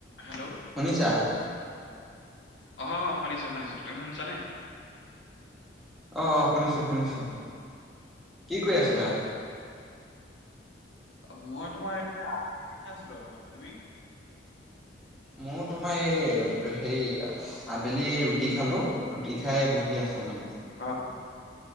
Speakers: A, on the left (about 85°); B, in the centre.
A: হেল্ল'।
B: শুনিছা।
A: অ', শুনিছো শুনিছো তুমি শুনিছানে।
B: অ', অ', শুনিছো শুনিছো, কি কৰি
A: অ
B: আছিলা।
A: অ অ', মই তোমাৰ এয়া এনে আছিলো অকণমান তুমি।
B: মোৰ তোমাৰ এই হে আবেলি ৰুটি খালো ৰুটি সাই বহি আছো মানে।
A: অ'।